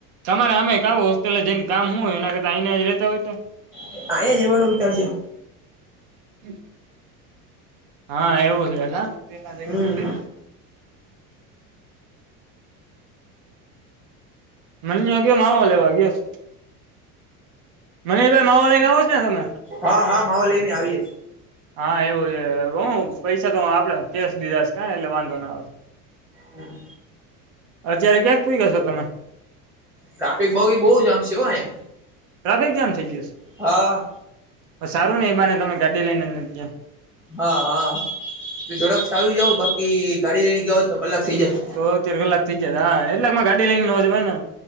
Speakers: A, on the right; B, in the centre.
A: તમારે અમે <unintelligible> પેલા જઈને કામ હું હોય એના કરતા આને જ રેતા હોય તો?
B: અહીંયા જ રહેવાનું વિચાર છે
A: હમ. હા એવું છે.
B: હમ
A: મન ન ગ માવો લેવા ગીયો. મનીષભાઈ માવો લઈને આવો છ ને તમે?
B: હા હા માવો લઈને આવીએ.
A: હા એવું છે હું પૈસા તો હ આપણે કેશ દીધાશ કા એટલે વાંધો ના આવશે.
B: હમ.
A: અત્યારે ક્યાંક <unintelligible> તમે?
B: ટ્રાફિક બહી બહુ જામ છે એય.
A: ટ્રાફિક જામ થઈ ગયું?
B: હા.
A: હ સારું નહીં એ બાને તમે ગાડી લઈને જ નથી ગિયા.
B: હા હા ઝડપથી આવી જાવ બાકી ગાડી લઈને ગઓ તો કલાક થઇ જાય.
A: તો તેર કલાક થઈ જતા હા એટલાક માં ગાડી લઈને નોજયને.